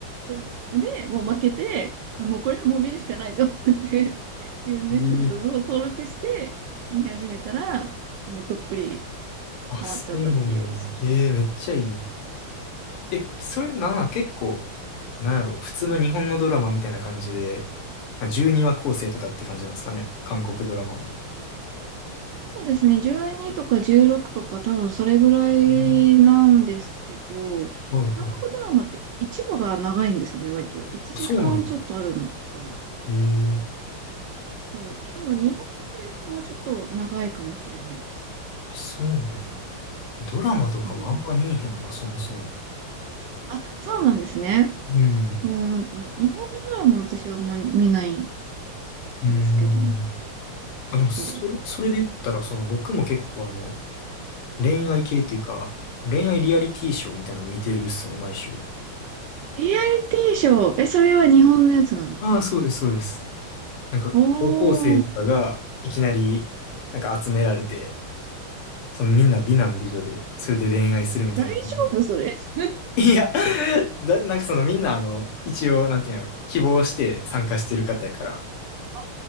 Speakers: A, on the right (about 75°); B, on the left (about 80°).
A: そうで、もう負けて、もうこれはもう見るしかないと思って、u ネ
B: ええ
A: e x t を登録して見始めたら、もうどっぷり
B: あ、
A: ハマっちゃったっていう。
B: そうなんや。へえ、めっちゃいいな。え、それなんなん結構、なんやろ、普通の日本のドラマみたいな感じで、12話構成とかって感じなんですかね。韓国ドラマも。
A: そうですね、12とか16とか多分それぐらいなんですけど、
B: うんはいはい。
A: 韓国ドラマって1話が長いんですよね、割と。1時間ちょっとあるのとか。
B: あ、そうなんや。ええ
A: そう。多分日本よりももうちょっと長いかもしれないです。
B: あ、そうなんや。ドラマとかもあんま見えへんな、
A: うん。
B: そもそも。
A: あ、そうなんですね。
B: うん。
A: うん、なんか日本のドラマ私はあんまり見ない
B: うん。
A: んですけど、ちょっと、
B: あ、でも、それ、それで言ったら、その僕も結構あの、恋愛系っていうか、恋愛リアリティショーみたいなの見てるっすね、毎週。
A: リアリティショー、え、それは日本のやつなんですか
B: ああ、そうです、そうです。なんか高校生とかがいきなりなんか集められて、
A: おー、
B: そのみんな美男美女で、それで恋愛するみたいな。
A: 大丈
B: <laughs>
A: 夫それ。<laughs>
B: いや、だ、なんかそのみんなあの、一応、なんていうんやろ、希望して参加してる方やから、
A: あ、